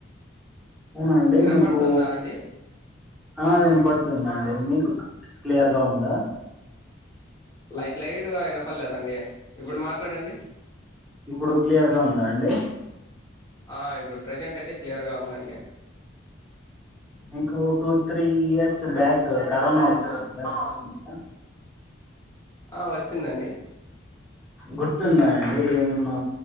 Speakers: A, in the centre; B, on the left.
A: అవునా అండి
B: వినపడుతుందా
A: మీకు
B: అండి
A: ఆ వినపడుతుందండి
B: ఆ
A: మీకు క్లియర్ గా ఉందా
B: లైట్ లైట్ గా వినపడలేదండి ఇప్పుడు మాట్లాడండి
A: ఇప్పుడు క్లియర్ గా ఉందా అండి
B: ఆ ఇప్పుడు ప్రజెంట్ అయితే క్లియర్గ ఉందండి
A: మీకు టూ త్రీ ఇయర్స్
B: ఒక త్రీ
A: బ్యాక్ క
B: ఇయర్స్
A: కరోనా
B: బ్యాక్
A: వచ్చింది
B: కరోనా
A: కదండీ ఆ
B: ఆ వచ్చిందండి
A: గుర్తున్నాదండి ఎమన్నా